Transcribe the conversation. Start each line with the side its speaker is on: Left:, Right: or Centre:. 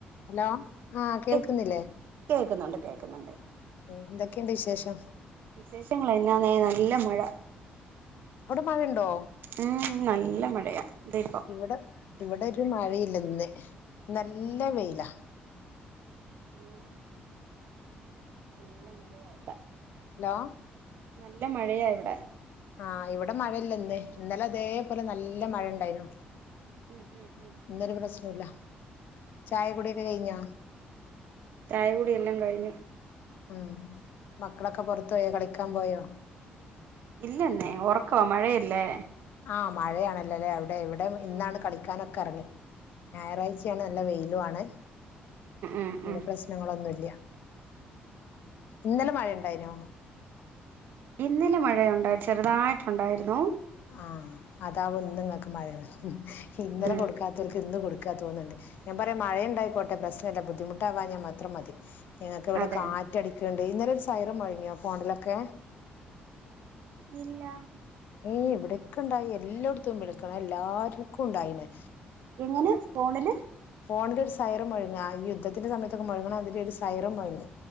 Left: Hello ആ കേൾക്കുന്നില്ലേ
Right: കേ കേക്കുന്നുണ്ട് കേക്കുന്നുണ്ട്
Left: മ് എന്തെക് ക്കെ എന്ത് വിശേഷം
Right: വിശേഷങ്ങൾ എന്നാന്നെ നല്ല മഴ
Left: അവ്ടെ മഴ ഇണ്ടോ
Right: ഉം നല്ല മഴയാ ദേ ഇപ്പം
Left: ഇവ്ടെ ഇവ്ടെ ഒര് മഴെ ല്ല ഇന്ന് ഇന്ന് നല്ല വെയിലാ
Right: ആഹ് നല്ല മഴയാ ഇവിടെ
Left: ഹലോ
Right: നല്ല മഴയാ ഇവിടെ
Left: ആ ഇവിടെ മഴ ഇല്ല ഇന്ന് ഇന്നലെ ഇതെ പോലെ നല്ല മഴ ഇണ്ടായിനു
Right: ഉം ഉം ഉം
Left: ഇന്നൊര് പ്രശ്നു ഇല്ല ചായ കുടി ഒക്കെ കഴിഞ്ഞോ
Right: ചായ കുടിയെല്ലാം കഴിഞ്ഞു
Left: ഉം മക്കളൊക്കെ പൊർത്ത് പോയോ കളിക്കാ ക്കാം പോയോ?
Right: ഇല്ലന്നെ ഒറക്കവാ മഴയല്ലെ
Left: ആ മഴയാണല്ലോ ലെ ടെ ഇവടെ ഇന്നാണ്
Right: ഉം
Left: കളിക്കാനൊക്കെ അറങ്ങി ഞായറാഴ്ച്ചയാണ് നല്ല വെയിലും ആണ്
Right: ഉം
Left: ഇന്ന്
Right: ഉം
Left: പ്രശ്നങ്ങളൊന്നും ഇല്ലാ ഇന്നലെ മഴ ഇണ്ടായിനോ?
Right: ഇന്നലെ മഴയുണ്ടാ, ചെറുതായിട്ടുണ്ടായിരുന്നു.
Left: ആഹ് അതാവും ഇന്ന് ഇങ്ങക്ക് മഴ. ഇന്നലെ
Right: ഉം
Left: കൊടുക്കാത്തവർക്ക് ഇന്ന് കൊടു ക്കാ തോന്ന്ണ്ട്. ഞാൻ പറയാ മഴണ്ടായികോട്ടെ. പ്രശ്നവില്ല ബുദ്ധിമുട്ടാവാഞാ മാത്രം മതി. ഞങ്ങക്ക് ഇവിടെ
Right: അതെ
Left: കാറ്റടിക്ക്ണ്ട്. ഇന്നലൊരു സൈറം മൊഴങ്ങിയൊ ഫോണിലൊക്കെ?
Right: ഇല്ല
Left: ങേ ഇവിടക്കെണ്ടായി. എല്ലോട്ത്തും വിളിക്കണ എല്ലാർക്കും ഉണ്ടായിന്.
Right: എങ്ങനെ? ഫോണില്
Left: ഫോണിലൊര് സൈറം മൊഴങ്ങാ. ഈ യുദ്ധത്തിന്റെ സമയത്തൊക്കെ മൊഴങ്ങണ മാതിരി ഒരു സൈറം മുഴങ്ങി.